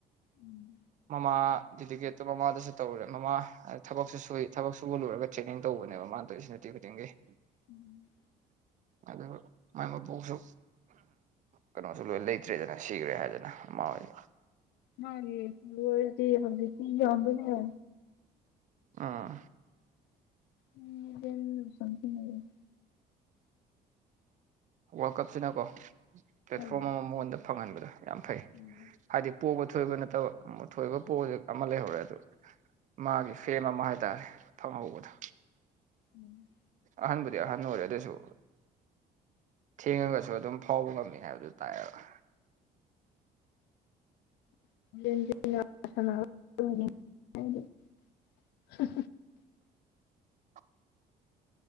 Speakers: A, on the left; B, on the right.
A: ꯎꯝ
B: ꯃꯃ ꯗꯤꯀꯦꯠꯇꯣ ꯃꯃꯥꯗꯁꯨ ꯇꯧꯔꯨꯔꯦ ꯃꯃꯥ ꯊꯕꯛꯁꯨ ꯁꯨ ꯊꯕꯛ ꯁꯨꯕ ꯂꯨꯔꯒ ꯇ꯭ꯔꯦꯅꯤꯡ ꯇꯧꯕꯅꯦꯕ ꯃꯥꯅꯗꯣꯏꯁꯤ <unintelligible>
A: ꯎꯝ
B: ꯑꯗꯨꯗ ꯃ ꯄꯣ ꯁ ꯀꯩꯅꯣꯁꯨ ꯂꯣꯏ ꯂꯩꯇ꯭ꯔꯦꯗꯅ ꯁꯤꯈ꯭ꯔꯦ ꯍꯥꯏꯗꯅ ꯃꯃꯥ ꯍꯣꯏꯗ
A: ꯃꯥꯒꯤ ꯊ ꯍꯔꯗꯤ ꯁꯝꯕꯅꯦ
B: ꯑꯥ
A: ꯎꯝ ꯀ ꯁꯊꯤꯅꯦꯦ
B: ꯋꯥꯔꯜ ꯀꯞꯁꯤꯅꯀꯣ ꯄ꯭ꯂꯦꯠꯐꯣꯔꯝ
A: ꯍꯣꯏ
B: ꯑꯃ ꯃꯉꯣꯟꯗ ꯐꯪꯍꯟꯕꯗꯣ ꯌꯥꯝ ꯐꯩ
A: ꯎꯝ
B: ꯍꯥꯏꯗꯤ ꯄꯣꯕ ꯑꯊꯣꯏꯕ ꯅꯠꯇꯕꯊꯣꯏꯕ ꯄꯣꯁꯦꯛ ꯑꯃ ꯂꯩꯍꯧꯔꯦ ꯑꯗꯨ ꯃꯥꯒꯤ ꯐꯦꯝ ꯑꯃ ꯍꯥꯏꯇꯥꯔꯦ ꯊꯝꯍꯧꯕꯗ
A: ꯎꯝ
B: ꯑꯍꯥꯟꯕꯕꯨꯗꯤ ꯑꯍꯟ ꯑꯣꯏꯔꯦ ꯑꯗꯨꯑꯣꯏꯁꯨ ꯊꯦꯡꯉꯒꯁꯨ ꯑꯗꯨꯝ ꯐꯥꯎꯕ ꯉꯝꯃꯤ ꯍꯥꯏꯕꯗꯨ ꯇꯥꯏꯑꯕ
A: <unintelligible>
B: ꯑ